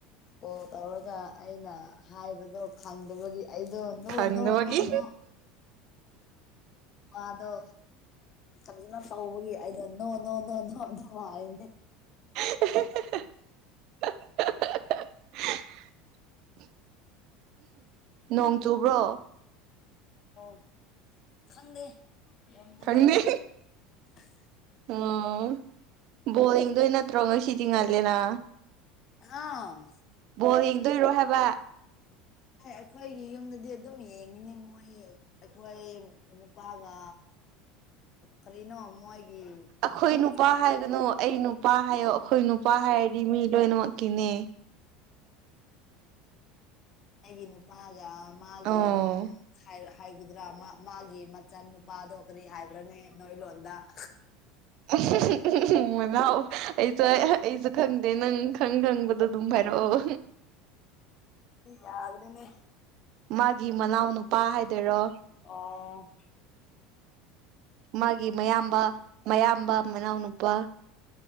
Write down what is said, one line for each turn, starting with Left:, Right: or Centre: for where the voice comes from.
Left: ꯀꯣ ꯇꯧꯔꯒ ꯑꯩꯅ ꯍꯥꯏꯕꯗꯣ ꯈꯪꯗꯕꯒꯤ ꯑꯩꯗꯣ ꯑꯣꯣ
Right: ꯈꯪꯗꯕꯒꯤ
Left: ꯑꯣꯅꯣ ꯑꯣꯅꯣ ꯑꯣꯅꯣ ꯑꯗꯣ ꯁꯖꯅ ꯇꯧꯕꯒꯤ ꯑꯩꯅ ꯅꯣ ꯅꯣ ꯅ ꯅꯣ ꯑꯗꯨꯝ ꯍꯥꯏꯅꯦ
Right: <inaudible> ꯅꯣꯡ ꯆꯨꯕ꯭ꯔꯣ
Left: ꯑꯥꯎ ꯈꯪꯗꯦ ꯌꯨꯝꯗ
Right: ꯀꯅꯤ
Left: ꯂꯩꯕꯒꯤ <inaudible>
Right: ꯎꯝ ꯕꯣꯂꯤꯡꯗ ꯅꯠꯇ꯭ꯔꯣ ꯉꯁꯤꯗꯤꯤꯡ ꯉꯜꯂꯦꯅ
Left: ꯑꯥ
Right: ꯕꯣꯜ ꯌꯦꯡꯗꯣꯏꯔꯣ ꯍꯥꯏꯕ
Left: ꯑꯦ ꯑꯩꯈꯣꯏꯒꯤ ꯌꯨꯝꯗꯗꯤ ꯑꯗꯨꯝ ꯌꯦꯡꯉꯤꯅꯦ ꯃꯣꯏ ꯑꯩꯈꯣꯏ ꯅꯨꯄꯥꯒ ꯀꯔꯤꯅꯣ ꯃꯣꯏꯒꯤ
Right: ꯑꯩꯈꯣꯏ
Left: ꯃꯆꯟ
Right: ꯅꯨꯄꯥ ꯍꯥꯏꯒꯅꯨ ꯑꯩ ꯅꯨꯄꯥ ꯍꯥꯏꯌꯣ ꯑꯩꯈꯣꯏ ꯅꯨꯄꯥ ꯍꯥꯏꯔꯗꯤ ꯃꯤ ꯂꯣꯏꯅꯃꯛꯀꯤꯅꯦ
Left: ꯍꯥꯏꯒꯤ ꯏ ꯅꯨꯄꯥꯒ ꯃꯥꯒꯤꯦ
Right: ꯑꯣ
Left: ꯃꯕꯨ ꯍꯥꯏꯒꯨꯗ꯭ꯔꯥ ꯃꯥꯒꯤ ꯃꯆꯟ ꯅꯨꯄꯥꯗꯣ ꯀꯔꯤ ꯍꯥꯏꯕ꯭ꯔꯅꯦ ꯅꯣꯏ ꯂꯣꯟꯗ <inaudible>
Right: ꯑ ꯃꯅꯥꯎ ꯑꯩꯁꯨ ꯑꯩꯁꯨ ꯈꯪꯗꯦ ꯅꯪ ꯈꯪ ꯈꯪꯕꯗꯣ ꯑꯗꯨꯝ ꯍꯥꯏꯥꯏꯔꯛꯑꯣ
Left: ꯌꯥꯒꯗꯅꯦ
Right: ꯃꯥꯒꯤ ꯃꯅꯥꯎ ꯅꯨꯄꯥ ꯍꯥꯏꯗꯔꯣ
Left: ꯑꯣ
Right: ꯃꯥꯒꯤ ꯃꯌꯥꯝꯕ ꯃꯌꯥꯝꯕ ꯃꯅꯥꯎꯅꯨꯄꯥ